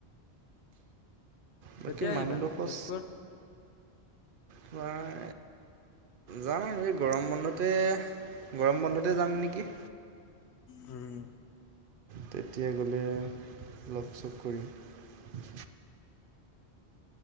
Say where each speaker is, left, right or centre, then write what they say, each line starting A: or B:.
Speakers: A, on the right (about 60°); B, on the left (about 85°).
A: বাকী
B: কেতিয়া আহিবা
A: মানুহডোখৰ
B: তেজপুৰ
A: তোমাৰ যাম আৰু এই গৰম বন্ধতে গৰম বন্ধতে যাম নেকি?
B: উম।
A: তেতিয়া গ'লে লগ চপ কৰিম।